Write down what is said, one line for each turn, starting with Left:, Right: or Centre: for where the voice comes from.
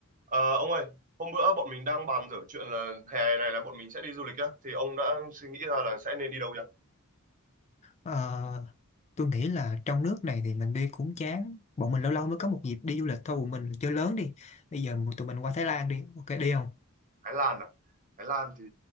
Right: Ờ, ông ơi, hôm bữa bọn mình đang bàn dở chuyện là hè này là bọn mình sẽ đi du lịch á, thì ông đã suy nghĩ ra là sẽ nên đi đâu chưa?
Left: Ờ, tôi nghĩ là trong nước này thì mình đi cũng chán bọn mình lâu lâu mới có một dịp đi du lịch thôi bọn mình chơi lớn đi bây giờ tụi mình qua Thái Lan đi ok đi không
Right: Thái Lan à? Thái Lan thì